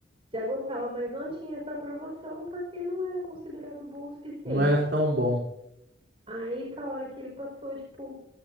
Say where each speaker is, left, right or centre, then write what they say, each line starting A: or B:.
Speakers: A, on the right; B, on the right.
A: Já gostava, mas não tinha essa aprovação porque não era considerado bom o suficiente.
B: não era tão bom.
A: Aí falaram que ele passou, tipo,